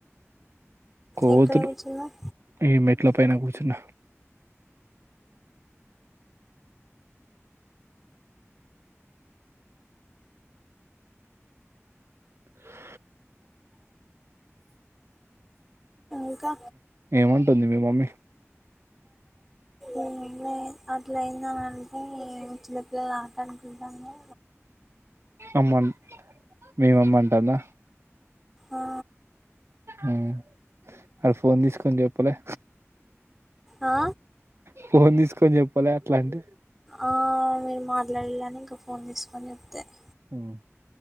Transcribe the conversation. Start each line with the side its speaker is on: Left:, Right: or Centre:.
Right: కోతులు
Centre: ఎక్కడ కూర్చున్నావ్
Right: ఈ మెట్ల పైన కూర్ ర్చున్న హా
Centre: ఇంకా
Right: ఏమంటుంది మీ మమ్మీ
Centre: ఏం లే అట్లా అయిందంటే చిన్నపిల్లలు ఆటను కుంటాన్లా
Right: అమ్మను మీ మమ్మి అంటుందా
Centre: ఆ
Right: ఆ అ ఫోన్ తీసుకొని చెప్పలే
Centre: ఆ
Right: ఫోన్ తీసుకొని చెప్పలే అట్లంటే
Centre: ఆ మీరు మాట్లాడలే అని ఇంకా ఫోన్ తీసుకొని చెప్తది
Right: ఉమ్,